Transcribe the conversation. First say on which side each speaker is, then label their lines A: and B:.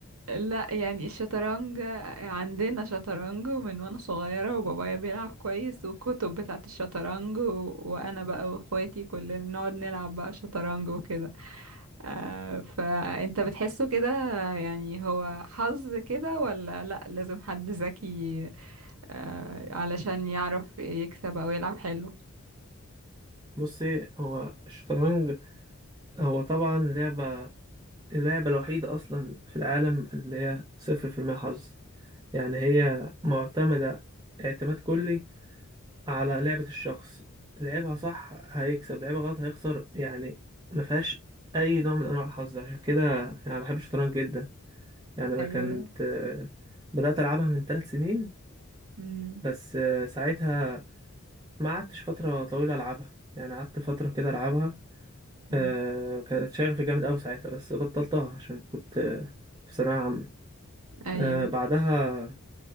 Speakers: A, on the right; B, on the right.
A: لا يعني الشطرنج آه، عندنا شطرنج من وانا صغيرة وبابايا بيلعب كويس والكتب بتاعت الشطرنج و... وانا بقى واخواتي كلنا نقعد نلعب بقى شطرنج وكده آه، فانت بتحسه كده يعني هو حظ كده ولا لا لازم حد ذكي آه، علشان يعرف يكسب او يلعب حلو
B: بصي هو الشطرنج هو طبعا لعبة اللعبة الوحيدة أصلا في العالم اللي هي صفر في المية حظ يعني هي معتمدة اعتماد كلي على لعبة الشخص لعبها صح هيكسب لعبها غلط هيخسر يعني ما فيهاش أي نوع من أنواع الحظ عشان كده يعني أنا بحب الشطرنج جدا يعني أنا
A: ايوه
B: كنت آه، بدأت ألعبها من ثلاث سنين
A: امم
B: بس آه، ساعتها ما قعدتش فترة طويلة ألعبها يعني قعدت فترة كده ألعبها
A: أمم.
B: آه، كانت شغفي جامد أوي ساعتها بس بطلتها عشان كنت آه، في ثانوية عامة
A: ايوه
B: آه، بعدها